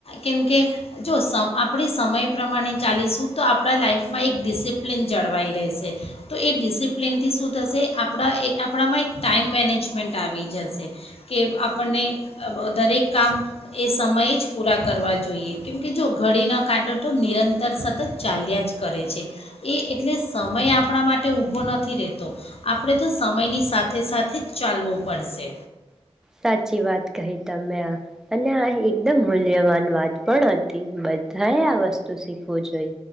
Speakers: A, on the left (about 60°); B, in the centre.
A: કેમકે જો સમ આપણી સમય પ્રમાણે ચાલીશું તો આપણા લાઈઇફમાં એક ડિસિપ્લિન જળવાઈ રહેશે તો એ ડિસિપ્લિનથી શું થશે આપણા એ આપણામાં એક ટાઈમ મેનેજ <unintelligible> આવી જશે કે આપણને દરેક કામ એ સમયે જ પૂરા કરવા જોઈએ કેમકે જો ઘડી ન કાંટો તો નિરંતર સતત ચાલ્યા જ કરે છે એ એટલે સમય આપણા માટે ઊભો નથી રહેતો આપણે તો સમયની સાથે સાથે જ ચાલવું પડશે.
B: સાચી વાત કહી તમે આ અને આ એકદમ મૂલ્યવાન વાત પણ હતી બધાએ આ વસ્તુ શીખવું જોઈ